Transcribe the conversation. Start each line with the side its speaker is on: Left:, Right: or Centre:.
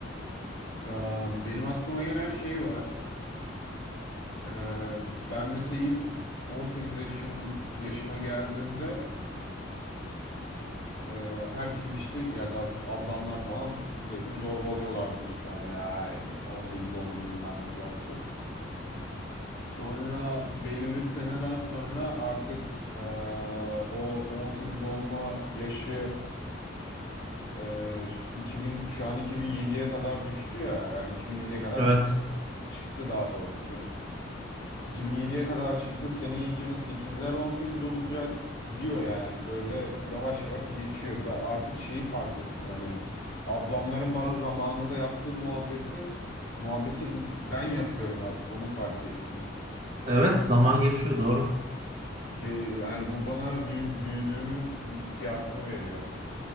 Left: Ee, Benim aklıma gelen şey var. Ee, Ben mesela ilk 18 yaşım yaşıma geldiğimde e, herkes işte ya daha doğrusu ablamlar falan sürekli zorbalıyorlardı işte hani ya 18 oldum bilmem ne cart Sonra belirli seneden sonra artık eee, o 18 olma yaşı eee, 2000 şu an 2007'ye kadar düştü ya yani 2007'ye kadar
Right: Evet.
Left: çıktı daha doğrusu. 2007'ye kadar çıktı. Seneye 2008'ler 18 olacak. Gidiyor yani böyle yavaş yavaş geçiyor. Ben artık şeyi fark ettim hani ablamların bana zamanında yaptığı muhabbetin muhabbeti ben yapıyorum artık onu fark ettim.
Right: Evet. Zaman geçiyor doğru.
Left: De, yani bu bana büyü- büyüdüğümün hissiyatını veriyor.